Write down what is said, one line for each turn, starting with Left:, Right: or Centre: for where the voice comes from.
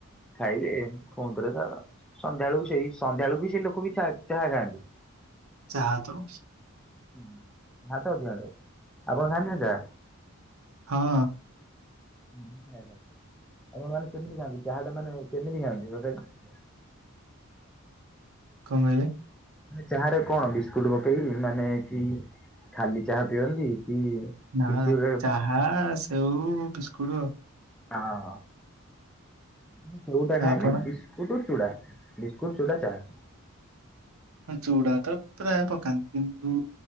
Centre: ଖାଇବେ ଫୁଣି ଥରେ ତା ସନ୍ଧ୍ୟାବେଳକୁ ସେଇ ସନ୍ଧ୍ୟାବେଳକୁ ବି ସେଇ ଲୋକ ବି ଚା ଚାହା ଖାଆନ୍ତି।
Right: ଚାହା ତ
Centre: <unintelligible> ଆପଣ ଖାଆନ୍ତିନା ଚା।
Right: ହଁ
Centre: <unintelligible> ଆପଣ ମାନେ କେମିତି ଖାଆନ୍ତି ଚାହାଟା ମାନେ କେମିତି ଖାଆନ୍ତି ତଥାପି।
Right: କଣ କହିଲେ?
Centre: ଚାହାରେ କଣ ବିସ୍କୁଟ ପକେଇକି ମାନେ କି ଖାଲି ଚାହା ପିଅନ୍ତି କି
Right: ନାଁ
Centre: କିଛି
Right: ନାଁ
Centre: ଗୋଟେ
Right: ଚାହା ସେଉ ବିସ୍କୁଟ ଆଉ।
Centre: ହଁ ହଁ ମୁଁ ସେଉଟା ଖାଏନି
Right: ଆପଣ
Centre: ବିସ୍ ବିସ୍କୁଟ ଚୁଡ଼ା ବିସ୍କୁଟ ଚୁଡ଼ା ଚାହା।
Right: ଚୁଡ଼ା ତ ପ୍ରାୟେ ପକାନ୍ତି କିନ୍ତୁ